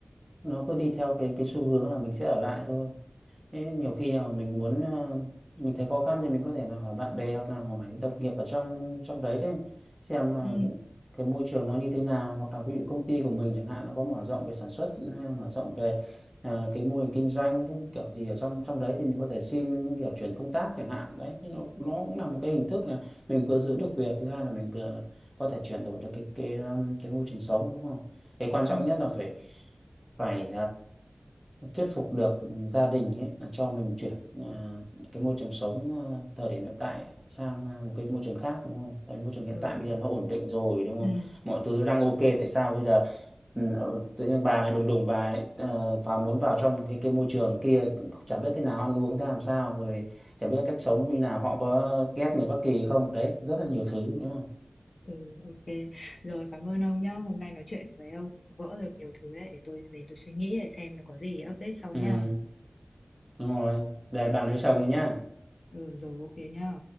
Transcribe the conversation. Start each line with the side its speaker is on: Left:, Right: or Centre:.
Centre: nó cứ đi theo cái cái xu hướng là mình sẽ ở lại thôi Thế nhiều khi là mình muốn ờ, mình thấy khó khăn thì mình có thể là hỏi bạn bè hoặc là hỏi đồng nghiệp ở trong trong đấy chứ xem là
Left: Ừ.
Centre: cái môi trường nó như thế nào hoặc là ví dụ công ty của mình chẳng hạn nó có mở rộng về sản xuất hay là mở rộng về ờ, cái mô hình kinh doanh cái kiểu gì ở trong trong đấy thì mình có thể xin kiểu chuyển công tác chẳng hạn đấy thì nó nó cũng là một cái hình thức là mình vừa giữ được việc thứ hai là mình vừa có thể chuyển đổi được cái cái ờ, cái môi trường sống đúng không cái quan trọng
Left: Ừ.
Centre: nhất là phải phải thuyết phục được gia đình ấy là cho mình chuyển à, cái môi trường sống à, thời điểm hiện tại sang à, một cái môi trường khác đúng không? Cái môi trường hiện
Left: Ừ.
Centre: tại bây giờ nó ổn định rồi đúng
Left: Ừ.
Centre: không? Mọi thứ nó đang ok tại sao bây giờ ừ, ờ, tự nhiên bà lại đùng đùng bà lại, ờ, vào muốn vào trong cái cái môi trường kia chả biết thế nào ăn uống ra làm sao rồi chả biết cách sống như nào họ có ghét người Bắc Kỳ không? Đấy, rất là nhiều thứ đúng không?
Left: Ừ, ok. Rồi cảm ơn ông nhá. Hôm nay nói chuyện với ông vỡ được nhiều thứ đấy để tôi về tôi suy nghĩ để xem là có gì update sau
Centre: Ừ,
Left: nha.
Centre: đúng rồi. Để bàn với chồng đi nhá.
Left: Ừ rồi ok nhá.